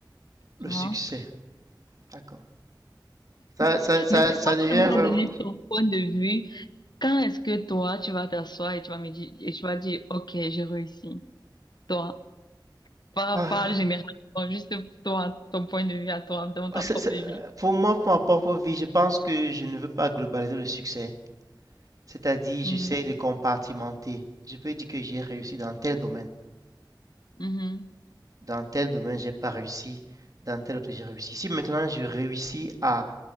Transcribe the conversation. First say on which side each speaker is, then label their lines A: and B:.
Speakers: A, on the left; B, on the right.
A: tu
B: Le succès.
A: vois.
B: D'accord. Ça, ça, ça,
A: Mais toi,
B: ça devient
A: tu ne m'as pas
B: vraiment...
A: donné ton point de vue. Quand est-ce que toi, tu vas t'asseoir et tu vas me dire, et tu vas dire, ok, j'ai réussi. Toi, pas,
B: Ah.
A: pas généralement, juste toi, ton point de vue à toi, dans
B: Bah,
A: ta
B: C'est-
A: propre
B: c'est-
A: vie.
B: Pour moi, pour ma propre vie, je pense que je ne veux pas globaliser le succès. C'est-à-dire,
A: Mhm,
B: j'essaie de compartimenter. Je peux dire que j'ai réussi dans tel domaine.
A: mhm,
B: Dans tel domaine, j'ai pas réussi. Dans tel autre, j'ai réussi. Si maintenant je réussis à